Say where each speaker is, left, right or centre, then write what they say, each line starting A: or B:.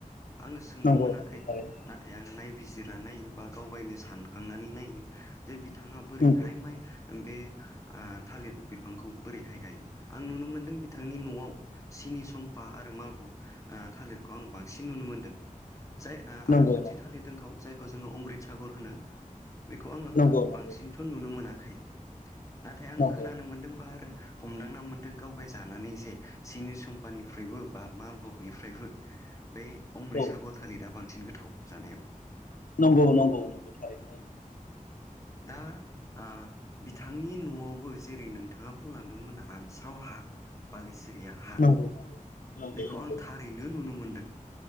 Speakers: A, on the left; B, on the left.
A: आङो सोंनो
B: नंगौ
A: मोनाखै
B: नंगौ थारैनो
A: नाथाय आङो नायबिजिरना नायोबा गावगायनो सानखांनानै नायो जे बिथाङा बोरैहाय
B: नंगौ नंगौ
A: माइ बे थालिर बिफांखौ बोरैहाय गायो आं नुनो मोनदों बिथांनि न'आव
B: औ
A: सिनि सम्पा आरो मालभग थालिरखौ आं बांसिन नुनो मोन्दों जाय
B: नंगौ
A: आरो मोनसे थालिर दों जायखौ जोङो अमृत सागर होनो बेखौ आङो
B: नंगौ
A: बांसिनथ' नुनो मोनाखै नाथाय आं
B: नंगौ
A: खोनानो
B: नंगौ
A: मोन्दोंबा आरो हमदांना मोनदों गाव गाय जानानै जे सिनि सम फानिफ्राययबो बार मालभगनिफ्रायबो बे
B: नंगौ
A: अमृतसागर
B: औ
A: थालिरा बांसिन गो थाव जानायाव
B: नंगौ नंगौ नंगौ थारैनो औ औ।
A: दा आं बिथांनि न'आवबो जेरै नोंथाङा बुंलांदोंमोन रानस्राव हा बालिसिरिया हा
B: नंगौ नंगौ
A: बेखौ आं थारैनो नुनो मोनदों।